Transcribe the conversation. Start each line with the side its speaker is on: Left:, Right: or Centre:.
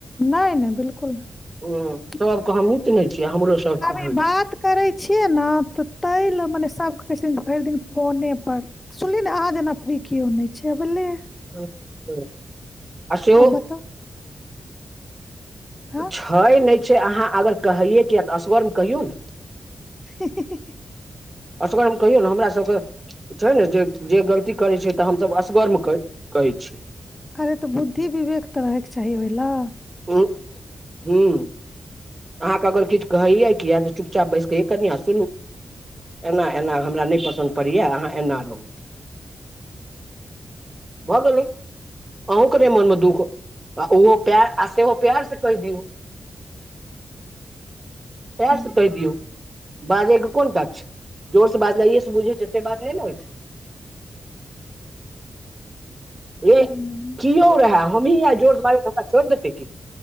Left: नहि नहि बिल्कूल नहि।
Right: ह सभके हमहूँ तऽ हमरो
Left: अभी
Right: होइ
Left: बात करै छियै ने तऽ ताहि लऽ मने सभ कहै भरि दिन फोने पर सुनली ने अहा जे नफरी केओ नहि छै बोझलै।
Right: <inaudible> आ सेहो
Left: आब त हँ
Right: छै नहि छै अहा अगर कहैयै किए तऽ असगरमे कहियौ ने।
Left: ही ही
Right: अग हम कहियौ ने हमरा सभके। छै ने जे जे गलती करैत छै तऽ हमसभ असगर्म कहैत छी।
Left: अरे तऽ बुद्धि विवेक तऽ रहैके चाही ओहि ल
Right: ह अहाँके अगर किछ कहैयए किए तऽ चुपचाप बस कऽ कनिआँ सुनू। एना एना हमरा नहि पसन्द पड़ैए अहा एना रहू। भऽ गेलै अहूँ के मन दुख ओहो प्यार आ सेहो प्यार से कहि दियौ। प्यार
Left: हूँ,
Right: त दियऔ। बाजैके कोन काज छै जोर से बाजना बुझै छै से बात नहि ने होई छै रे
Left: हूँ,
Right: किो रहै हमही आ जोरसँ मारे का छोड़ि देतै की।